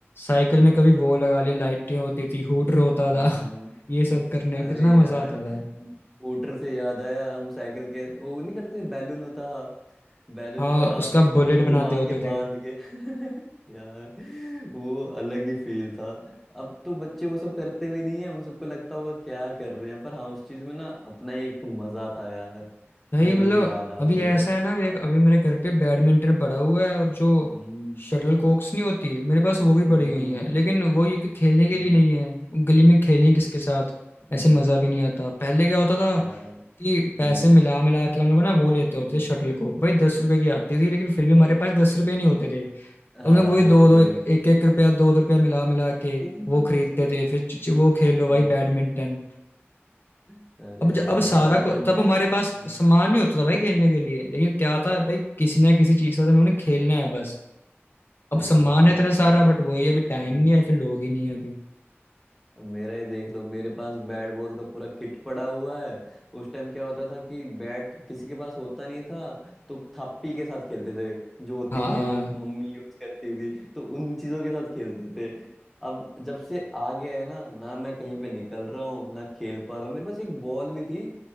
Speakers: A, on the left; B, in the centre.
A: साइकिल में कभी वो
B: हम्म,
A: लगा लिया लाइटें होती थी हूटर होता
B: हम्म,
A: था <laughs> ये सब करने में
B: अरे
A: कितना मजा
B: यार
A: आता था
B: मोटर से याद आया हम साइकिल के वो नहीं करते बैलून होता है बैलून
A: हाँ
B: को आराम
A: उसका
B: से उसके अंदर
A: बुलेट
B: घुमा
A: बनाते होते
B: के
A: थे
B: बांध के <laughs> यार वो अलग ही फील था अब तो बच्चे वो सब करते भी नहीं है उन सबको लगता होगा क्या कर रहे हैं पर हाँ उस चीज में ना अपना एक मजा था यार
A: भाई
B: मुझे अभी
A: मतलब
B: भी याद आ
A: अभी
B: रही
A: ऐसा
B: है
A: है ना मेरे अभी मेरे घर पे बैडमिंटन पड़ा हुआ है और जो
B: हम्म
A: शटल कॉक्स नहीं होती मेरे पास वो भी पड़ी
B: हम्म
A: हुई
B: हम्म
A: है लेकिन वो ये कोई खेलने के
B: हम्म,
A: लिए नहीं है गली में खेलें किसके साथ
B: हम्म,
A: ऐसे मज़ा भी नहीं आता पहले क्या होता था
B: यार
A: कि
B: हम्म
A: पैसे मिला मिला के हम लोग ना वो लेते होते
B: हम्म।
A: थे शटल कॉक भाई दस रुपए की आती थी लेकिन फिर भी हमारे
B: <laughs>
A: पास दस रुपए नहीं होते थे तो
B: हाँ
A: हम लोग वही दो
B: दस रुपये
A: दो एक
B: नहीं होते
A: एक, एक रुपया दो दो रुपया मिला मिला के
B: थे <laughs>
A: वो खरीदते थे फिर च- च- वो खेलो
B: हम्म,
A: भाई बैडमिंटन
B: अरे
A: अब ज-
B: यार
A: अब
B: मेरा
A: सारा
B: तो
A: को
B: खुद
A: तब हमारे पास
B: हम्म,
A: सम्मान नहीं होता था भाई खेलने के लिए लेकिन क्या था भाई किसी ना किसी चीज के साथ उन्होंने खेलना है बस अब
B: सही
A: सम्मान
B: बात है
A: है इतना सारा
B: अब
A: बट वही अभी
B: हम्म,
A: टाइम नहीं है फिर लोग ही नहीं है अभी
B: अब मेरा ही देख लो मेरे पास बैट बॉल का पूरा किट पड़ा हुआ है उस टाइम क्या होता था कि बैट किसी के पास होता नहीं था तो थप्पी के साथ खेलते थे जो होती
A: हाँ
B: थी
A: हाँ
B: जो मम्मी यूज करती थी तो उन चीजों के साथ खेलते थे अब जब से आ गया है ना ना मैं कहीं पे निकल रहा हूँ ना खेल पा रहा हूँ मेरे पास एक बॉल भी थी